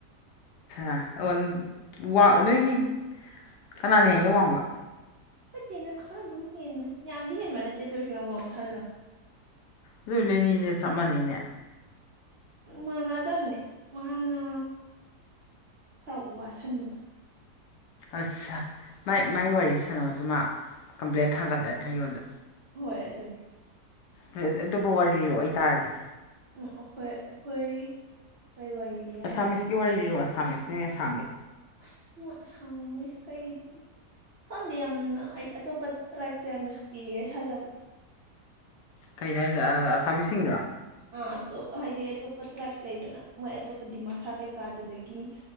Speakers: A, on the left; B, on the right.
A: ꯑ ꯑꯣ ꯅꯣꯏꯅꯤ ꯀꯅꯥꯅ ꯍꯡꯒꯦ ꯋꯥꯡꯕ
B: ꯆꯦꯅꯪ ꯈꯔ ꯑꯗꯨꯝ ꯍꯦꯟꯕ ꯌꯥꯝꯗꯤ ꯍꯦꯟꯕ ꯅꯠꯇꯦ ꯑꯗꯨ ꯑꯣꯏꯔꯁꯨ ꯌꯥꯝ ꯋꯥꯡꯅ ꯊ ꯁꯥꯖꯜꯂꯝꯝꯃꯦ
A: ꯑꯗꯨꯏ ꯅꯅꯤꯁꯦ ꯆꯞ ꯃꯥꯟꯅꯩꯅꯦ
B: ꯎ ꯃꯥꯟꯅꯗꯕꯅꯦ ꯃꯥꯅ ꯈꯔ ꯋꯥꯁꯤꯟꯕ
A: ꯑꯁ ꯃꯥꯏ ꯃꯥꯏ ꯋꯥꯔꯤꯁꯦ ꯁꯥꯟꯅꯔꯣꯏꯁꯤ ꯃꯥ ꯀꯝꯄ꯭ꯂꯦꯟ ꯊꯥꯡꯒꯠꯂꯅꯤ ꯑꯩꯉꯣꯟꯗ
B: ꯍꯣꯏ ꯑꯗꯨꯅꯤ
A: ꯑ ꯑꯇꯣꯞꯄ ꯋꯥꯔꯤ ꯂꯤꯔꯣ ꯑꯩ ꯇꯥꯔꯒꯦ
B: ꯎꯝ ꯑꯩꯈꯣꯏ ꯑꯩꯈꯣꯏ ꯀꯩ ꯋꯥꯔꯤ ꯂꯤ ꯍꯥꯏꯅꯣ
A: ꯑꯁꯥꯝꯃꯤꯁꯀꯤ ꯋꯥꯔꯤ ꯂꯤꯔꯣ ꯑꯁꯥꯃꯤꯁ ꯅꯣꯏ ꯑꯁꯥꯝꯒꯤ
B: ꯑꯁ ꯃꯣꯢ ꯑꯁꯥꯝꯃꯤꯁ ꯈꯩꯗꯤ ꯈꯪꯗꯦ ꯌꯥꯝꯅ ꯑꯩ ꯑꯇꯣꯞꯄ ꯇ꯭ꯔꯥꯏꯞꯇ ꯌꯥꯝꯅ ꯁꯨꯄꯤꯔꯤꯌꯥꯔ ꯁꯥꯖꯕꯗꯣ
A: ꯀꯩꯅꯣ ꯍꯥꯏꯁ ꯑꯁꯥꯃꯤꯁꯁꯤꯡꯗꯣ
B: ꯑ ꯑꯇꯣꯞ ꯍꯥꯏꯗꯤ ꯑꯇꯣꯞꯄ ꯇ꯭ꯔꯥꯏꯞ ꯂꯩꯗꯅ ꯃꯣꯏ ꯑꯇꯣꯞꯄ ꯗꯤꯃꯥꯁꯥ ꯀꯩꯀꯥꯗꯨꯗꯒꯤ